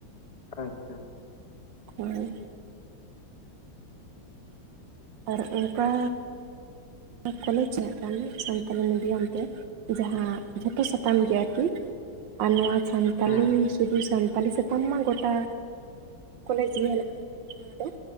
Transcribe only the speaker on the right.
ᱦᱳᱭ᱾ ᱟᱨ ᱚᱱᱠᱟ ᱠᱚᱞᱮᱡᱽ ᱦᱟᱜ ᱠᱷᱟᱱ ᱥᱟᱱᱛᱟᱞᱤ ᱢᱤᱰᱤᱭᱟᱢ ᱛᱮ ᱾
ᱡᱟᱦᱟᱸ ᱡᱷᱚᱛᱚ ᱥᱟᱛᱟᱢ ᱜᱮ ᱟᱨᱠᱤ ᱟᱨ ᱱᱚᱣᱟ ᱥᱟᱱᱛᱟᱞᱤ
ᱥᱤᱫᱩ ᱥᱟᱱᱛᱟᱞᱤ ᱟᱢ ᱢᱟ ᱜᱚᱴᱟ ᱠᱚᱞᱮᱡᱽ ᱜᱮ ᱦᱮᱱᱟᱜ- ᱟ᱾ ᱱᱚᱣᱟ ᱛᱮ